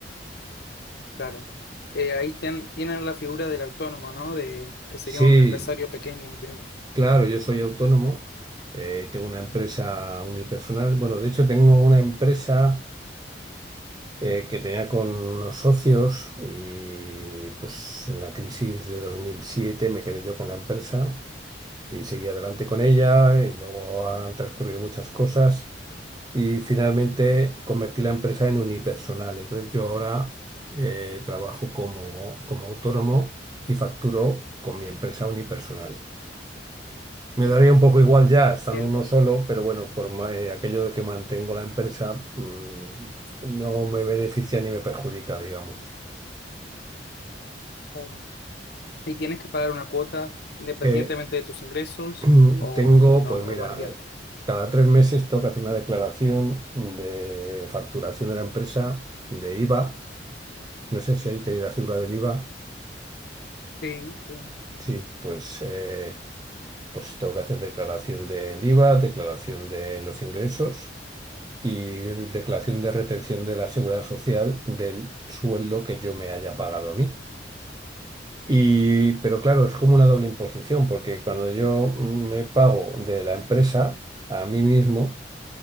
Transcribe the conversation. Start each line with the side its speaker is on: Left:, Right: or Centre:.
Left: Claro. Eh, ahí ten- tienen la figura del autónomo, ¿no? De que sería
Right: Sí,
Left: un empresario pequeño, entiendo,
Right: claro, yo soy autónomo, eh, tengo una empresa
Left: ¿no?
Right: unipersonal. Bueno, de hecho tengo una empresa eh, que tenía con unos socios y pues en la crisis de 2007 me quedé yo con la empresa y seguí adelante con ella y luego han transcurrido muchas cosas y finalmente convertí la empresa en unipersonal. Entonces yo ahora eh, trabajo como, como autónomo y facturo con mi empresa unipersonal. Me daría un poco igual ya estando
Left: Entiendo,
Right: uno solo, pero bueno, por ma- eh, aquello de que mantengo la empresa, mm, no me beneficia ni me perjudica, digamos.
Left: claro. Y tienes que pagar una cuota independientemente
Right: Eh,
Left: de tus ingresos
Right: <clears throat>
Left: o,
Right: tengo,
Left: o no,
Right: pues mira,
Left: o varía.
Right: cada tres meses tengo que hacer una declaración de facturación de la empresa, de IVA. No sé si ahí tenéis
Left: ¿no?
Right: la figura del IVA.
Left: Sí, sí,
Right: Sí, pues, eh, pues tengo que hacer declaración del IVA, declaración de los ingresos. y declaración de retención de la Seguridad Social del sueldo que yo me haya pagado a mí. Y, pero claro, es como una doble imposición, porque cuando yo me pago de la empresa a mí mismo,